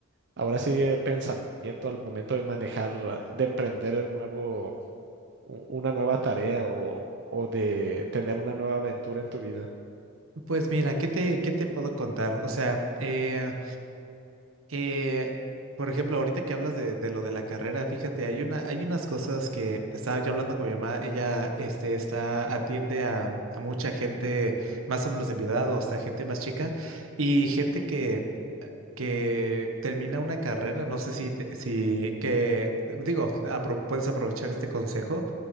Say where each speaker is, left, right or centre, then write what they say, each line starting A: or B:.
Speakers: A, on the right; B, on the right.
A: ahora sí, de pensamiento al momento de manejar, de emprender un nuevo, u- una nueva tarea o, o de tener una nueva aventura en tu vida.
B: Pues mira, ¿qué te, qué te puedo contar? O sea, eh, Eh, por ejemplo, ahorita que hablas de, de lo de la carrera, fíjate, hay una, hay unas cosas que estaba yo hablando con mi mamá, ella este, está, atiende a, a mucha gente más o menos de mi edad o hasta gente más chica y gente que, que termina una carrera, no sé si, te- si que, digo, apro- puedes aprovechar este consejo